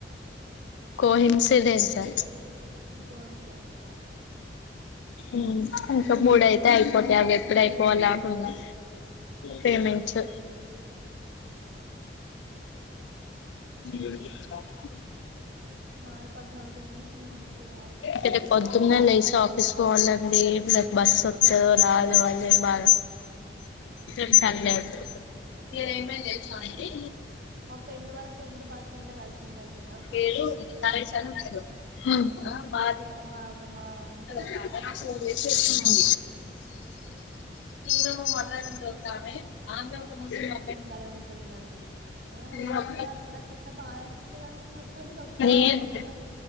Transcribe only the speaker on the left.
కో ఇన్సిడెంట్స్ ఆ
మ్మ్ ఓక మూడు అయితే అయిపోతాయి అన్నట్టుగా అయిపోవాల్ల అని ఉన్నా పేమెంట్స్ <unintelligible>
ఇక్కడ పొద్దున్నే లేస్ ఆఫీస్ పోవాలండి బస్ వస్తాదొ రాదొ అదే బాధ ఏమ్ పని లేదు
ఏమ్
ఏమ్ చేసావండి
ఏదొ ఒకటి పాయసం
గారెలు <unintelligible>
అడ
ఇడిచి
వస్తుంది
అండి నమ
వ
వస్తధ్ర
ము
అ
<unintelligible>
ఏమ్